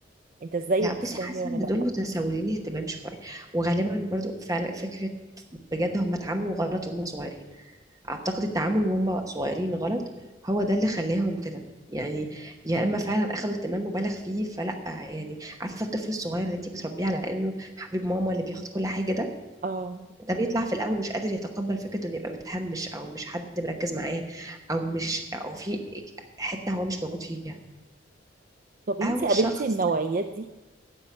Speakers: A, on the right; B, on the right.
A: انت ازاي
B: لا بصي
A: ضفتها
B: حاسه
A: هي وانا
B: ان
A: لا
B: دول متسولين اهتمام شويه وغالبا برضو فعلا فكره بجد هم اتعاملوا غلط وهم صغيرين اعتقد التعامل وهم صغيرين غلط هو ده اللي خلاهم كده يعني يا اما فعلا اخذوا اهتمام مبالغ فيه فلا يعني عارفه الطفل الصغير اللي انت بتربيه على انه حبيب ماما اللي بياخد كل حاجه ده
A: اه
B: ده بيطلع في الاول مش قادر يتقبل فكره انه يبقى متهمش او مش حد مركز معاه او مش او في حته هو مش موجود فيها
A: طب انت
B: او
A: قابلتي
B: شخص
A: النوعيات دي